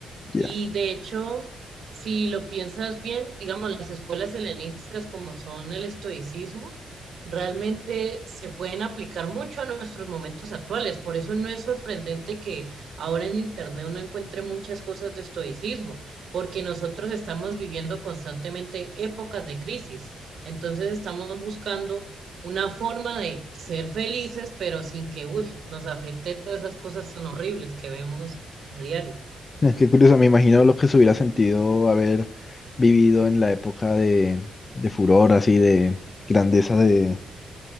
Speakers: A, on the left; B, on the right.
A: Ya.
B: Y de hecho, si lo piensas bien, digamos, las escuelas helenísticas como son el estoicismo, realmente se pueden aplicar mucho a nuestros momentos actuales. Por eso no es sorprendente que ahora en Internet uno encuentre muchas cosas de estoicismo, porque nosotros estamos viviendo constantemente épocas de crisis. Entonces estamos buscando una forma de ser felices, pero sin que, uy, nos afecte todas esas cosas tan horribles que vemos a diario.
A: <laughs> Es que curioso, me imagino lo que se hubiera sentido haber vivido en la época de, de furor, así de grandeza de,